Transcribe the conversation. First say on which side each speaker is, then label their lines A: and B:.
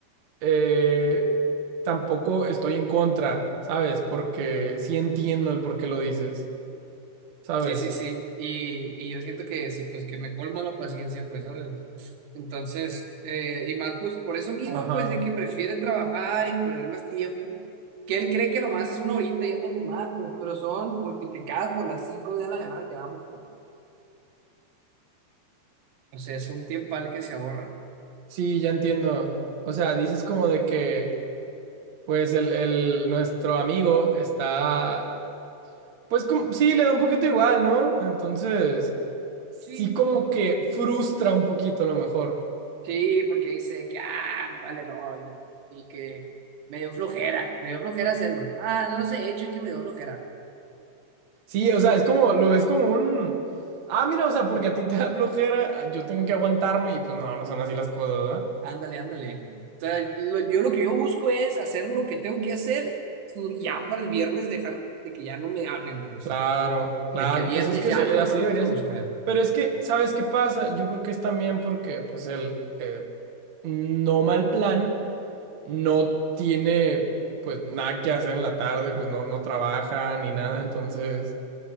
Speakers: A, on the right; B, on the right.
A: eh, tampoco estoy en contra, ¿sabes? Porque sí entiendo el por qué lo dices, ¿sabes?
B: Sí, sí, sí. Y, y yo siento que sí, pues que me colma la paciencia, pues, ¿sabes? Entonces, eh, y más, pues, por eso mismo,
A: Ajá.
B: pues, de que prefiere trabajar y perder más tiempo, que él cree que nomás es una horita yendo a fumar, pues, pero son multiplicadas por las cinco de la ganada que vamos, pues. O sea, es un tiempal que se ahorra.
A: Sí, ya entiendo. O sea, dices como de que, pues, el, el- nuestro amigo está, pues, como, sí, le da un poquito igual, ¿no? Entonces, sí
B: Sí.
A: como que frustra un poquito a lo mejor.
B: Sí, porque dice que, ah, me vale doña, y que me dio flojera, me dio flojera hacerlo. Ah, no lo sé, hecho, es que me dio flojera.
A: Sí, o sea, es como, lo ves como un... Ah, mira, o sea, porque a ti te da flojera, yo tengo que aguantarme y pues no, no son así las cosas, ¿verdad?
B: Ándale, ándale. O sea, lo- yo lo que yo busco es hacer lo que tengo que hacer y ya para el viernes dejar de que ya no me hablen, pues.
A: Claro, claro,
B: De que el viernes
A: pues es que
B: ya
A: se-
B: no me
A: así
B: vuelvas
A: debería
B: a buscar.
A: ser. Pero es que, ¿sabes qué pasa? Yo creo que es también porque, pues, el eh, no mal plan no tiene, pues, nada que hacer en la tarde, pues, no, no trabaja ni nada, entonces,